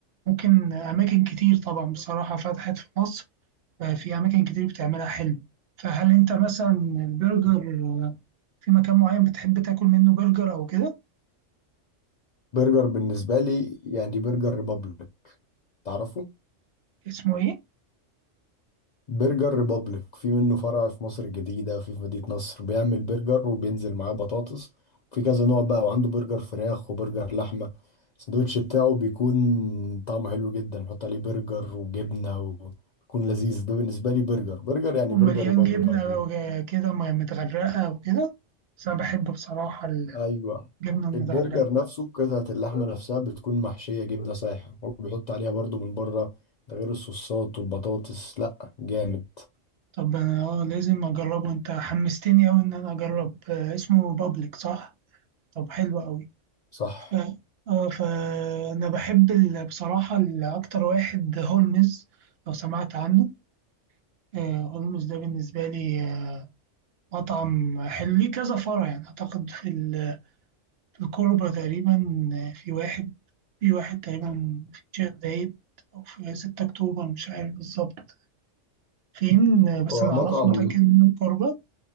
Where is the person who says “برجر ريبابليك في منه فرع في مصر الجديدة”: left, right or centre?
Left